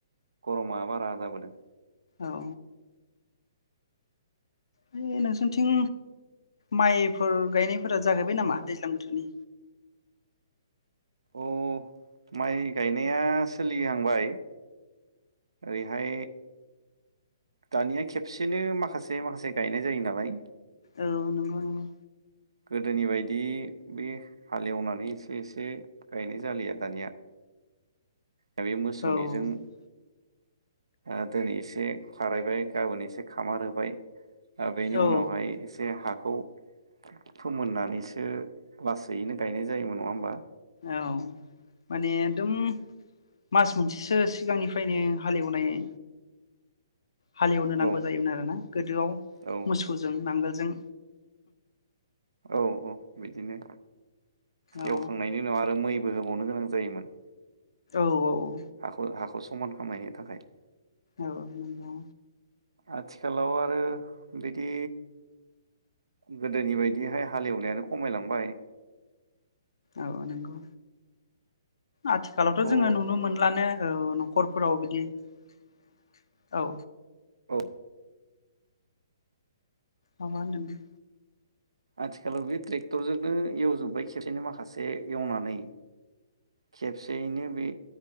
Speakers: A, on the right; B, on the left.
A: गरमा बारा जाबोदों।
B: औ। है नोंसोनिथिं माइफोर गायनायफोरा जाहैबाय नामा दैज्लां बोथोरनि?
A: अ माइ गायनाया सोलिहांबाय। ओरैहाय दानिया खेबसेनो माखासे माखासे गायनाय जायो नालाय
B: औ नंगौ नंगौ।
A: गोदोनि बायदि बे हालेवनानै एसे एसे गायनाय जालिया दानिया। दा बे मोसौनिजों।
B: औ
A: आ दिनै एसे खारायबाय गाबोन एसे खामार होबाय आ बेनि
B: औ
A: उनावहाय एसे हाख खौ फोमोननानैसो लासैनो गायनाय जायोमोन नङा होमबा?
B: औ माने एकदम मास मोनसेसो सिगांनिफ्रायनो हालेवनाय हालेवनो नांगौ
A: औ
B: जायोमोन आरो ना गोदोआव
A: औ
B: मोसौजों नांगोल जों
A: औ औ। बिदिनो
B: औ
A: एवखांनायनि उनाव आरो मै बोहोबावनो गोनां जायोमोन।
B: औ औ।
A: हाख हाख सु समान खामायनो थाखाय
B: औ नंगौ।
A: आथिखालाव आरो बिदि गोदोनि बायदिहाय हालेवनायानो खमायलांबाय
B: औ नंगौ। आथिखालावथ'
A: थ'
B: जोङो नुनो मोनलानो औ नखरफोराव बिदि औ।
A: औ।
B: माबा होनदोंना?
A: आथिखालाव बे ट्रेक्टरजोंनो एवजोब्बाय खेबसेनो माखासे एवनानै खेबसेयैनो बे